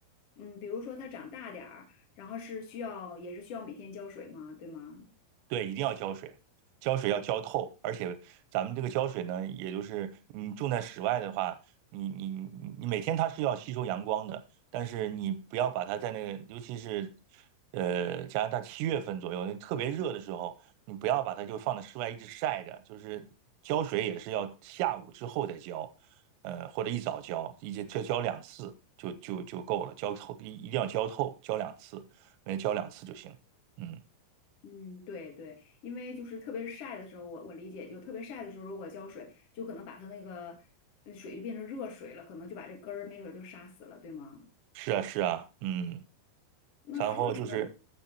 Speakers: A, on the left (about 80°); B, on the right (about 80°).
A: 嗯，比如说它长大点儿，然后是需要也是需要每天浇水吗？对吗？
B: 对，一定要浇水，浇水要浇透，而且咱们这个浇水呢，也就是你种在室外的话，你你你你每天它是要吸收阳光的，但是你不要把它在那个，尤其是呃加拿大七月份左右，那特别热的时候，你不要把它就放在室外一直晒着，就是浇水也是要下午之后再浇，呃或者一早浇，一直浇浇两次就就就够了，浇透一一定要浇透，浇两次，每天浇两次就行，嗯。
A: 嗯，对对，因为就是特别晒的时候，我我理解就特别晒的时候，如果浇水，就可能把它那个那水就变成热水了，可能就把这根儿没准儿就杀死了，对吗？
B: 是啊，是啊，嗯，
A: 那还有什么？
B: 然后就是